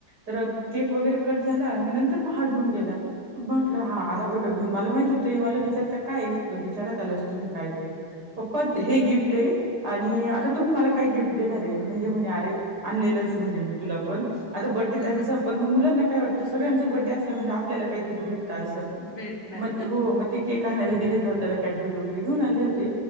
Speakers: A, on the right; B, on the left.
A: तर केक वगैरे कट झाला आणि नंतर मग हा घेऊन गेला
B: हां,
A: म्हटलं हा आला बर का घेऊन. मला माहित होत. हे मला विचारता काय आहे. म्हटलं विचारा त्याला तुम्ही काय आहे. ते पप्पा हे गिफ्ट आहे. आणि आता तुम्ही मला काय गिफ्ट देणार आहे. मग हे म्हणले अरे आणलेलंच म्हणे मी तुला पण आता बर्थडे
B: हां,
A: त्यांचा
B: हां,
A: पण मग मुलांना काय वाटतं. सगळ्यांच बर्थडे असलं म्हणजे आपल्याला काहीतरी भेट असतात.
B: भेटणार.
A: मग हो मग ते केक आणायला गेले. तेव्हा त्याला कॅडबरी वगैरे घेऊ आले होते.